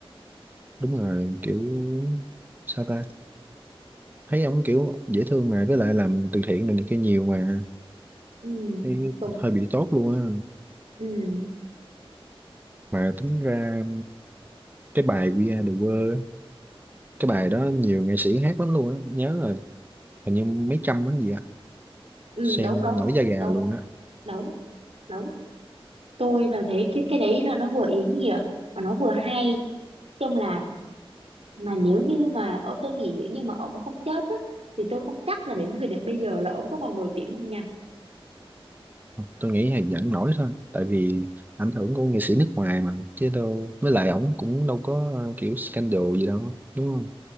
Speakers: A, on the right; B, on the right.
A: đúng rồi kiểu sao ta thấy ông kiểu dễ thương mà với lại làm từ thiện này, này kia nhiều mà
B: ừ
A: thấy
B: đúng
A: hơi bị tốt luôn á
B: ừ,
A: mà tính ra cái bài We Are The World á, cái bài đó nhiều nghệ sĩ hát lắm luôn á nhớ là hình như mấy trăm á gì á
B: ừ
A: xem
B: đúng đúng
A: nổi da gà
B: đúng
A: luôn á
B: đúng đúng tôi là thấy cái cái đấy là nó vừa ý nghĩa mà nó vừa hay trong là mà nếu như mà ô, tôi nghĩ nếu như mà ổng không chết á thì tôi không chắc là đến thời điểm bây giờ là ổng có còn nổi tiếng không nha
A: tôi nghĩ là vẫn nổi thôi tại vì ảnh hưởng của nghệ sĩ nước ngoài mà chứ đâu với lại ổng cũng đâu có ờ, kiểu scandal gì đâu đúng không